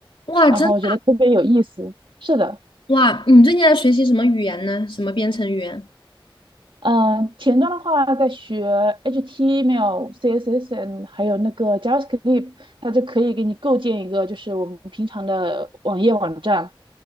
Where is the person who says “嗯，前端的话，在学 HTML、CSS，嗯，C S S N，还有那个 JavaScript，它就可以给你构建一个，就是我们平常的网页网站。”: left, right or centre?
Right